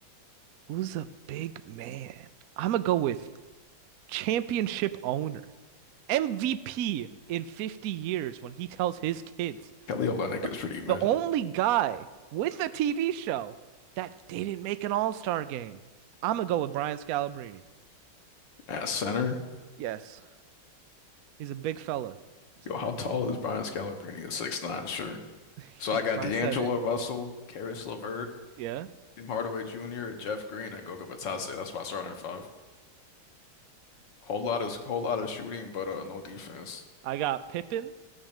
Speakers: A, on the right; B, on the left.
A: who's a big man? I'm gonna go with championship owner. MVP in 50 years when he tells his kids
B: Kelly Olynyk
A: The,
B: is pretty mid.
A: the only guy with a TV show that didn't make an All Star game. I'm gonna go with Brian Scalabrine.
B: At center,
A: Yes, he's a big fella. He's a
B: yo,
A: big
B: how tall
A: fella.
B: is Brian Scalabrine at six nine? Sure.
A: <laughs>
B: So
A: He's
B: I got
A: my
B: D'Angelo
A: setter.
B: Russell, Caris LeVert,
A: Yeah,
B: Tim Hardaway Jr., Jeff Green, and Goga Batadze. That's my starting five. Whole lot of whole lot of shooting, but uh, no defense.
A: I got Pippen